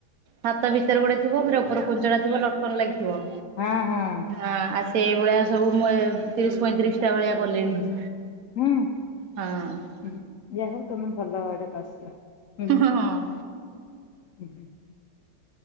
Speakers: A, on the right; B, on the left.
A: ହାତ ଭିତରେ ଗୋଟେ ଥିବ ଫେରେ ଉପର କୁଞ୍ଚଟା ଥିବ ଲଟକନ୍ ଲାଗିଥିବ।
B: ହଁ ହଁ।
A: ହଁଅ, ଆ ସେଇ ଭଳିଆ ସବୁ ମୁଁ ଏ ତିରିଶ ପଇଁତିରିଶଟା ଭଳିଆ କଲିଣି।
B: ହୁଁ,
A: ହଁ
B: ହୁଁ ହୁଁ ଯା ହଉ ତମେ ଭଲ ଆଡ଼େ <unintelligible> ହୁଁହୁଁ
A: ହଁ
B: ହୁଁହୁଁ।